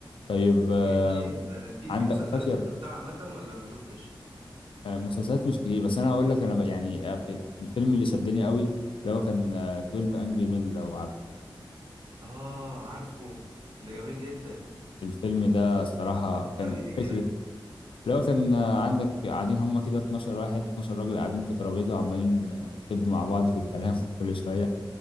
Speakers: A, on the left; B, on the right.
A: طيب آه
B: ايه طيب آه، في
A: عندك
B: في مسلسلات
A: فاكر
B: شفتها عامة ولا ما شفتش؟
A: آه مسلسلات مش كتير بس انا هقول لك انا ب... يعني آه، الفيلم اللي شدني قوي اللي هو كان آه 12 انجري مين لو عارفه
B: اه عارفه ده جميل جدا
A: الفيلم ده الصراحة
B: فكرني
A: كان
B: بيه
A: فكرة
B: كده
A: اللي هو كان آه، عندك قاعدين هما كده 12 واحد 12 راجل قاعدين في ترابيزة وعمالين آه، يشدوا مع بعض في الكلام <laughs> كل شوية